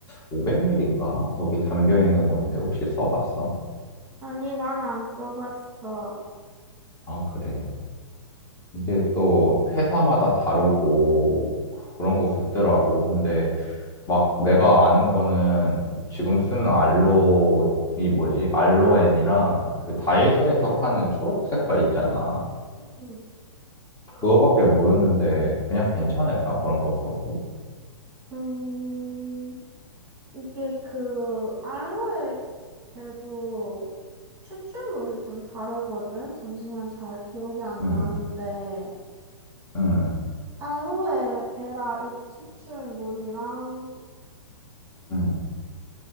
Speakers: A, on the left (about 20°); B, on the right (about 15°).
A: 500ml인가? 거기 담겨 있는 건데 혹시 써봤어?
B: 아니, 난 안 써봤어.
A: 아, 그래? 이게 또 회사마다 다르고 그런 것 같더라고. 근데 막 내가 아는 거는 지금 쓰는 알로, 이 뭐지? 알로엔이랑 그 다이소에서 파는 초록 색깔 있잖아.
B: 음.
A: 그거밖에 모르는데 그냥 괜찮을까? 그런 거 써도?
B: 음. 이게 그 알로에 겔도 추출물이 좀 다르거든. 잠시만 잘 기억이 안
A: 응,
B: 나는데
A: 응,
B: 알로에 베라 잎 추출물이랑
A: 응.